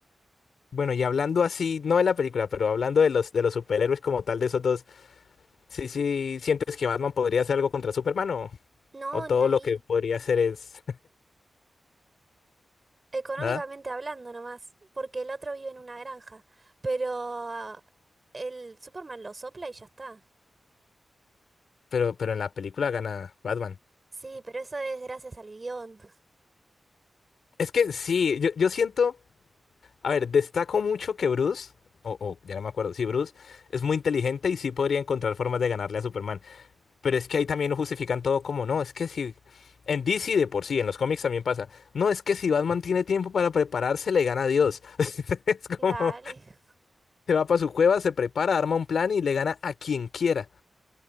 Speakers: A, on the left; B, on the right.
A: Bueno, y hablando así, no de la película, pero hablando de los, de los superhéroes como tal, de esos dos, sí, sí, ¿sientes que Batman podría hacer algo contra Superman o,
B: No,
A: o todo
B: ni ahí.
A: lo que podría hacer es
B: Económicamente
A: <laughs> nada?
B: hablando nomás, porque el otro vive en una granja, pero ah, el Superman lo sopla y ya está.
A: Pero, pero en la película gana Batman.
B: Sí, pero eso es gracias al guión.
A: Es que sí, yo, yo siento, a ver, destaco mucho que Bruce, o, o ya no me acuerdo, sí, Bruce es muy inteligente y sí podría encontrar formas de ganarle a Superman. Pero es que ahí también lo justifican todo como, no, es que si... En DC de por sí, en los cómics también pasa. No, es que si Batman tiene tiempo para prepararse, le gana a Dios. <laughs> Es como,
B: <laughs> Dale.
A: se va para su cueva, se prepara, arma un plan y le gana a quien quiera.